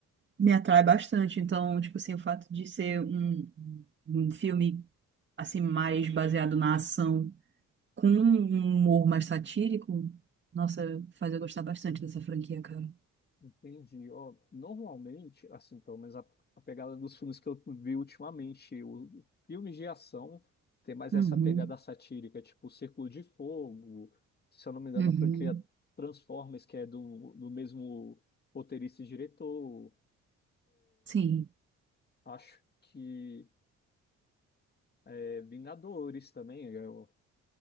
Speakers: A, on the right; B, on the left.
A: me atrai bastante. Então, tipo assim, o fato de ser um, um um filme assim mais baseado na ação com um humor mais satírico, nossa, faz eu gostar bastante dessa franquia, cara.
B: Entendi. Ó, normalmente, assim, pelo menos a, a pegada dos filmes que eu vi ultimamente, o, filmes de ação tem mais
A: Uhum,
B: essa pegada satírica, tipo Círculo de Fogo, se eu não me engano,
A: uhum.
B: a franquia Transformers, que é do, do mesmo roteirista e diretor.
A: Sim.
B: Acho que é Vingadores também, é, o-